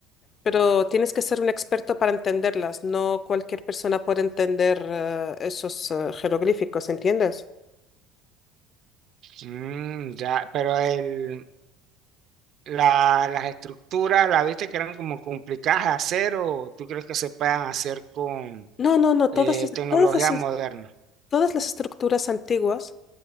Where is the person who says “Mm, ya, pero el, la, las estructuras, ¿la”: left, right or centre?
Right